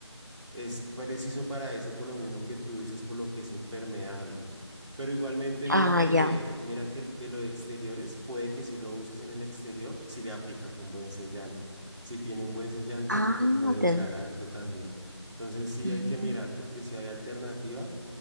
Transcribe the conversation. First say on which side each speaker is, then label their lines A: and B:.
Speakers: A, on the right; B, on the right.
A: es preciso para eso, por lo mismo que tú dices, por lo que es impermeable. Pero igualmente, mira
B: Ah,
A: que,
B: ya.
A: mira que el de los exteriores, puede que si lo uses en el exterior, si le aplicas un buen sellante. Si tiene un buen sellante, ese
B: Ah,
A: te puede durar
B: ten-
A: harto también. Entonces sí
B: mm.
A: hay que mirar porque sí hay alternativas,